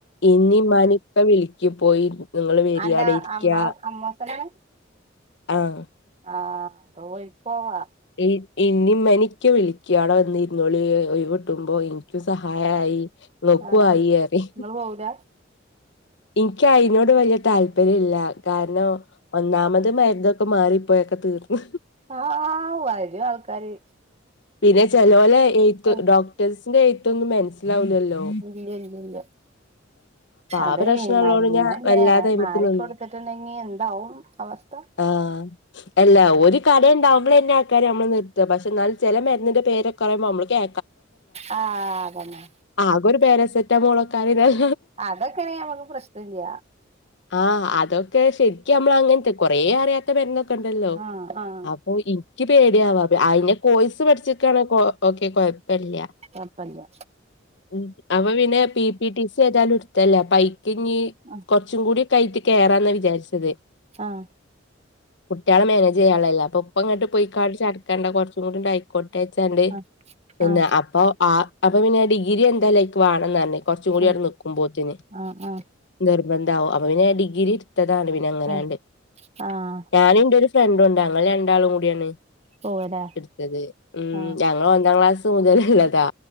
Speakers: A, on the left; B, on the right.
A: ഇന്നേ ഇന്മനേം ഇപ്പ വിളിക്കും പോയി നിങ്ങള് വരിയാടെരിക്കിയാ
B: അന്റെ അമ്മ അമ്മോസനാണ് <inaudible>
A: ആഹ്
B: ആഹ് പോയിപോവാ
A: ഹ് ഇന്നിമ്മനിക്കെ വിളിക്ക്‌യും അവ്ടെടെ വന്നി ര്ന്നോളി ഒയ്വ്ട്ടുമ്പോ ഇൻക്കും സഹായായി ഇങ്ങക്കു
B: ആഹ് അപ്പൊ
A: ആയി അറിം.
B: ഇങ്ങള് പോവൂല.
A: ഇൻക്ക് അയ്നോട് വല്യ താല്പര്യല്ല കാരണം ഒന്നാമത് മര്ന്ന്ട്. പ്പ മാറി പ്പോയൊക്കെ തീർന്നു.
B: ആ വരും ആൾക്കാര്.
A: പിന്നെ ചെലോലെ എയുത്ത്
B: ആഹ്
A: ഡോക്ടേഴ്സിന്റെ എഴുത്തൊന്നും മെ നസ്സിലാവില്ലല്ലോ.
B: ഇല്ലല്ലല്ല, അതെ
A: ആ പ്രശ്നള്ളോണ്ട്
B: മരുന്നല്ലേ
A: ഞാൻ വല്ലാതെ അയ്മക്ക്
B: മാറിക്കൊടുത്തി
A: നിന്നി
B: ട്ടുണ്ടെങ്കി എന്താവും അവസ്
A: ആഹ് എല്ലഒരു കടുണ്ടാവുമ്പോഴെന്നെ ആള്ക്കാര് നമ്മളെ നിർത്ത, പക്ഷെ ന്നാലും ചെല മര് നിന്റെ പേരെക്കറയുമ്പോ അമ്മള് കേ
B: ആഹ് അതന്നെ.
A: ആകൊരു പാരസെറ്റാമോൾ ഒക്കെ ആയിന്നേൽ
B: അതൊക്കെ ആണെങ്കി നമുക്ക് പ്രശ്നം ഇല്ല.
A: ആഹ്, അതൊക്കെ ശരിക്ക് മ്മളങ്ങനത്തെ കൊറേ അറിയാത്ത ബെരുന്നൊക്കെ ണ്ടല്ലോ.
B: ആഹ് ആഹ്
A: അപ്പൊ യ്ക്കു പേടിയാവാ അയ്ന്റെ കോയ്‌സ് പഠിച്ചിവെക്കണെ ഓ ക്കെ കൊയപ്പല്ല്യ.
B: കൊപ്പല്ല.
A: ഉം അപ്പൊ പിന്നെ പി പി ടി സി ഏതാലും ട്ത്തല്ലേ അപ്പൊ അയ്ക്ക് ന്നി
B: ആഹ്
A: കുറച്ചുംകുടി ക്കായ്റ്റ് കേറന്ന വിചാരിച്ചത്.
B: ആഹ്
A: കുട്ട്യേളെ മേനെജ് ചെയ്യാള്ളല്ലേ അപ്പൊ ഇപ്പങ്ങട്ട് പോയിക്കണ്ട് ചടക്കേണ്ട കൊറച്ചും കൂടി ആയി കൊട്ത്തയചണ്ട്
B: ആഹ്
A: പിന്നെ
B: ആഹ്
A: അപ്പൊ ആ അപ്പൊ പിന്നെ ഡിഗ്രി എന്തായാലും അയ്ക്ക് വാണന്ന് പറഞ്ഞ്. കൊറച്ചും കൂടി
B: ആഹ്
A: അവിടെ നിക്കുമ്പോത്തിന്.
B: ആഹ് ആഹ് ആഹ്
A: നിർബന്ധാവും അപ്പൊ പിന്നെ ഡിഗ്രി ഇത്തതാണ് പിന്നെ അങ്ങനാണ്ട്.
B: ആഹ് ആഹ് ആഹ്
A: ഞാനൂന്റെ ഒരു ഫ്രണ്ടു ണ്ട് ഞങ്ങൾ രണ്ടാളും കൂടിയാണ്.
B: പോവല്ലേ
A: ട്ത്തത്. ഉം
B: ആഹ്
A: ഞങ്ങളൊന്നാം ക്ലാസ് മുതല് ള്ളതാ.